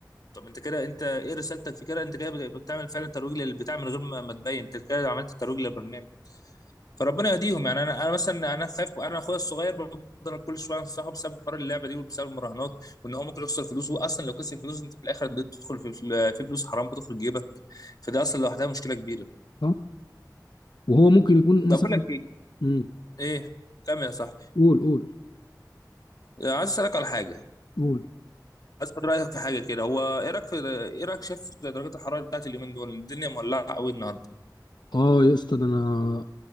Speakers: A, on the left; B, on the left.
A: طب انت كده انت ايه رسالتك في كده انت كده بت- بتعمل فعلا ترويج للبتاع من غير ما ما تبين انت كده عملت ترويج للبرنامج فربنا يهديهم يعني انا انا مثلا انا خايف انا اخويا الصغير بفضل كل شويه انصحه بسبب حوار اللعبه دي وبسبب المراهنات وان هو ممكن يخسر فلوس هو اصلا لو خسر فلوس انت في الاخر بتدخل في في في فلوس حرام بتدخل جيبك فده اصلا لوحدها مشكله كبيره
B: صح؟ وهو ممكن يكون مثلا
A: طب اقول لك ايه
B: مم.
A: ايه كمل يا صاحبي
B: قول قول
A: آه، عايز اسالك على حاجه
B: قول
A: عايز اخد رايك في حاجه كده هو ايه رايك في ايه رايك شايف درجات الحراره بتاعت اليومين دول الدنيا مولعه قوي النهارده
B: اه يا اسطى ده انا